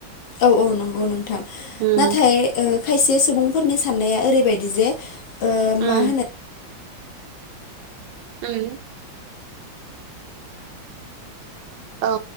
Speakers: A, on the left; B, on the right.
A: औ औ नंगौ। गौ नोंथां
B: उम
A: नाथाय ओ खायसे सुबुंफोरनि साननाया ओरैबायदि जे
B: उम।
A: मा होनो
B: उम। औ।